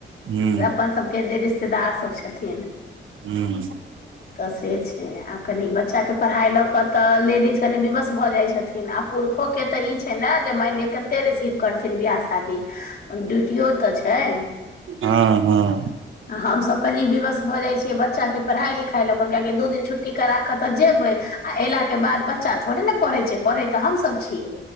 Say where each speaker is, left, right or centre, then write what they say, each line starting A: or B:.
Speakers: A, on the right; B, on the left.
A: ह्म
B: अपन सभके जे रिश्तेदारसभ छथिन।
A: ह्म
B: तऽ से छैय आब कनि बच्चाके पढ़ाइ लऽ कऽ तऽ लेडीज कनि विवश भऽ जाइत छथिन आब पुरखो के तऽ ई छैय ने जे मानि लिअ कते रिसीव करथिन बियाह शादी ड्यूटियो तऽ छैय।
A: हँ हँ
B: हमसभ कनि विवस भऽ जाइ छियै बच्चाके पढ़ाइ लिखाइ लऽ कऽ कियाकि दू दिन छुट्टी करा कऽ तऽ जेबै आ एला के बाद बच्चा थोड़े ने पढ़े छैय पढय तऽ हमसब छीयै।